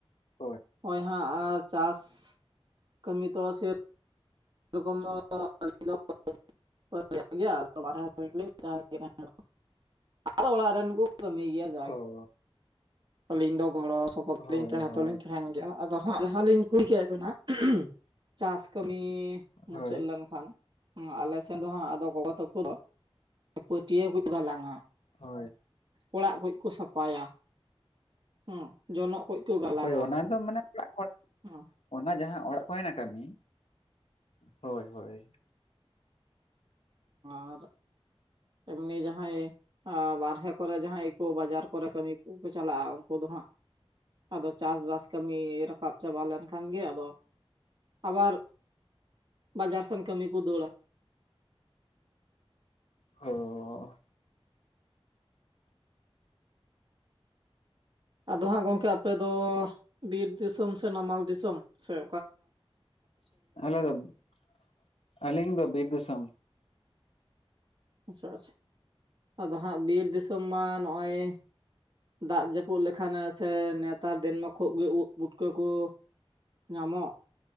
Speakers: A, on the left; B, on the right.
A: ᱦᱳᱭ᱾
B: ᱦᱳᱭ ᱦᱟᱸᱜ ᱪᱟᱥ ᱠᱟᱹᱢᱤ ᱛᱚ ᱥᱮ <unintelligible> <unintelligible>
A: ᱳ
B: ᱟᱞᱤᱧ ᱫᱚ ᱜᱚᱲᱚ ᱥᱚᱯᱚᱦᱚᱫ
A: ᱦᱳᱭ
B: ᱛᱟᱦᱮᱸ
A: ᱦᱳᱭ
B: ᱫᱚᱞᱤᱧ ᱛᱟᱦᱮᱱ ᱜᱮᱭᱟ᱾ ᱟᱫᱚ ᱦᱟᱸᱜ ᱡᱟᱦᱟᱸ ᱞᱤᱧ ᱠᱩᱞ ᱠᱮᱫ ᱵᱤᱱᱟ, ᱪᱟᱥ ᱠᱟᱹᱢᱤ ᱢᱩᱪᱟᱹᱫ
A: ᱦᱳᱭ
B: ᱞᱮᱱᱠᱷᱟᱱ ᱟᱞᱮ ᱥᱮᱱ ᱫᱚ ᱦᱟᱜ ᱟᱫᱚ ᱜᱚᱜᱚ ᱛᱟᱠᱩ ᱯᱟᱹᱴᱭᱟᱹ ᱠᱚ ᱜᱟᱞᱟᱝᱼᱟ᱾
A: ᱦᱳᱭ᱾
B: ᱚᱲᱟᱜ ᱠᱩ ᱠᱚ ᱥᱟᱯᱷᱟᱭᱟ᱾ ᱦᱮᱸ ᱡᱚᱱᱚᱜ ᱠᱚ ᱠᱚ ᱜᱟᱞᱟᱝᱼᱟ
A: ᱦᱳᱭ ᱚᱱᱟᱫᱚ ᱢᱟᱱᱮ ᱚᱱᱟᱜ ᱦᱚᱲ
B: ᱦᱮᱸ
A: ᱚᱱᱟ ᱡᱟᱦᱟᱸ ᱚᱲᱟᱜ ᱠᱚ <unintelligible> ᱠᱟᱹᱢᱤ ᱦᱳᱭ ᱦᱳᱭ᱾
B: ᱟᱨ ᱮᱢᱱᱤ ᱡᱟᱦᱟᱸᱭ ᱟᱨ ᱵᱟᱨᱦᱮ ᱠᱚᱨᱮ ᱡᱟᱦᱟᱸᱭ ᱠᱩ ᱵᱟᱡᱟᱨ ᱠᱚᱨᱮ ᱠᱟᱹᱢᱤ ᱠᱚᱠᱚ ᱪᱟᱞᱟᱜᱼᱟ᱾ ᱩᱱᱠᱩ ᱫᱚ ᱦᱟᱸᱜ ᱟᱫᱚ ᱪᱟᱥᱵᱟᱥ ᱠᱟᱹᱢᱤ ᱨᱟᱠᱟᱵ ᱪᱟᱵᱟ ᱞᱮᱱᱠᱷᱟᱱ ᱜᱮ ᱟᱫᱚ ᱟᱵᱟᱨ ᱵᱟᱡᱟᱨ ᱥᱮᱱ ᱠᱟᱹᱢᱤ ᱠᱩ ᱫᱟᱹᱲᱟ᱾
A: ᱦᱚᱸᱸ
B: ᱟᱫᱚ ᱦᱟᱸᱜ ᱜᱚᱝᱠᱮ ᱟᱯᱮ ᱫᱚ, ᱵᱤᱨ ᱫᱤᱥᱚᱢ ᱥᱮᱜ ᱱᱟᱢᱟᱞ ᱫᱤᱥᱚᱢ ᱥᱮᱜ
A: <unintelligible> ᱟᱹᱞᱤᱧ ᱫᱚ ᱵᱤᱨ ᱫᱤᱥᱚᱢ᱾
B: ᱟᱪᱪᱷᱟ ᱟᱪᱪᱷᱟ ᱟᱫᱚ ᱦᱟᱸᱜ ᱵᱤᱨ ᱫᱤᱥᱚᱢ ᱢᱟ ᱱᱚᱜᱼᱚᱭ ᱫᱟᱜ ᱡᱟᱹᱯᱩᱫ ᱞᱮᱠᱷᱟᱱᱮ ᱥᱮ ᱱᱮᱛᱟᱨ ᱫᱤᱱ ᱢᱟ ᱠᱷᱩᱵ ᱜᱮ ᱩᱫᱽ ᱯᱩᱴᱠᱟᱹ ᱠᱚ ᱧᱟᱢᱚᱜ